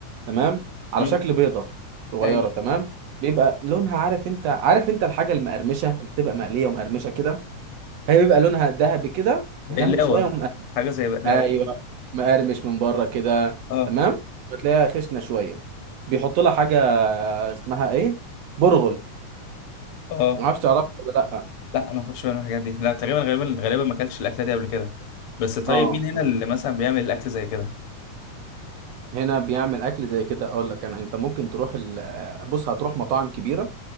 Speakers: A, on the right; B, on the left.
A: تمام على
B: مم.
A: شكل بيضه صغيره
B: اي
A: تمام بيبقى لونها عارف انت عارف انت الحاجه المقرمشه اللي بتبقى مقليه ومقرمشه كده هي بيبقى لونها ذهبي كده
B: بقلاوه
A: غامق شويه ومقرمش
B: حاجه زي بقلاوه
A: ايوه
B: كده.
A: مقرمش من بره كده
B: اه
A: تمام وتلاقيها خشنه شويه بيحط لها حاجه اسمها ايه برغل
B: اه
A: ما اعرفش تعرفها ولا لا
B: لا انا ما كنتش بعمل الحاجات دي لا تقريبا غالبا غالبا ما اكلتش الاكله دي قبل كده بس طيب
A: اه
B: مين هنا اللي مثلا بيعمل الاكل زي كده
A: هنا بيعمل اكل زي كده اقول لك انا انت ممكن تروح ال... بص هتروح مطاعم كبيره